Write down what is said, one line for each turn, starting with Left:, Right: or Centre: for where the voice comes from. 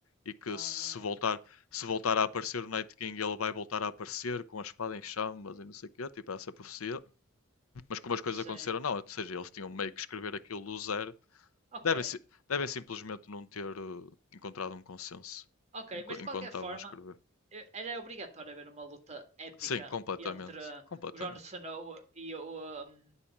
Left: e que
Right: Ah,
Left: se voltar, se voltar a aparecer o Night King, ele vai voltar a aparecer com a espada em chamas e não sei o quê, tipo, essa profecia. Mas como as coisas
Right: sim.
Left: aconteceram, não. Ou seja, eles tinham meio que escrever aquilo do zero.
Right: Ok.
Left: Devem, devem simplesmente não ter uh, encontrado um consenso
Right: Ok, mas de
Left: enquanto
Right: qualquer
Left: estavam
Right: forma,
Left: a escrever.
Right: eh, era obrigatório haver uma luta épica
Left: Sim, completamente.
Right: entre
Left: Completamente.
Right: o Jon Snow e o, um,